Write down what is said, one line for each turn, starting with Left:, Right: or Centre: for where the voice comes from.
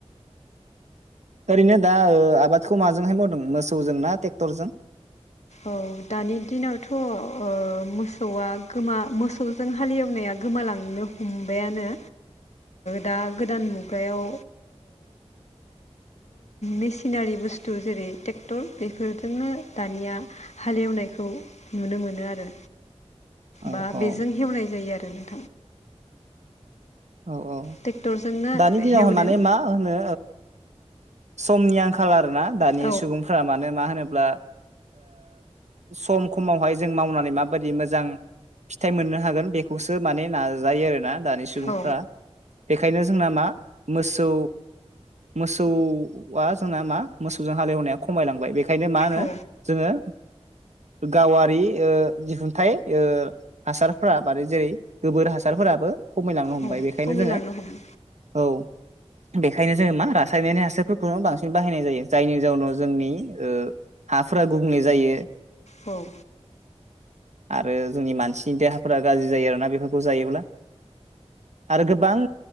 Right: ओरैनो दा आबादखौ माजोंहाय मावदों मोसौजों ना ट्रेक्टरजों
Left: औ दानि दिनावथ' मोसौआ गोमा मोसौ जों हालेवनाया गोमालांनो हमबायानो
Right: <inaudible>
Left: दा गोदान मुगायाव मेसिनारि बुस्थु जेरै ट्रेक्टर बेफोरजोंनो दानिया हालेवनायखौ नुनो मोनो आरो
Right: औ
Left: बा
Right: औ
Left: बेजों हेवनाय जायो आरो ना
Right: औ औ
Left: ट्रेक्टरजोंनो
Right: दानि दिनावहाय
Left: हेवदों
Right: माने मा होनो समनि आंखााल आर ना दानि
Left: औ
Right: सुबुंफोरा मानो मा होनोब्ला सम सममावहाय जों मावनानै माबायदि मोजां फिथाइ मोननो हागोन बेखौसो माने नाजायो आरोना दानि सुबुंफ्रा
Left: औ
Right: बेखायनो जोंना मा मोसौ मोसौ जोंना मा मोसौजों हालेवनाया खमायलांबाय बेखायनो मा होनो
Left: औ
Right: जोङो गावारि दिहुनथाइ हासारफोरा मादै जेरै गोबोर हासारफोराबो खमायलांनो हमबाय
Left: औ
Right: बेखायनो
Left: खमिलांनो
Right: जोङो
Left: हमो
Right: औ बेखायनो जोङो मा रासायनारि हासो फोरफोरखौनो बांसिन बाहायनाय जायो जायनि जाउनाव जोंनि हाफोरा गुबुंले जायो
Left: औ
Right: आरो जोंनि मानसिनि देहाफोरा गाज्रि जायो आरोना बेफोरखौ जायोब्ला आरो गोबां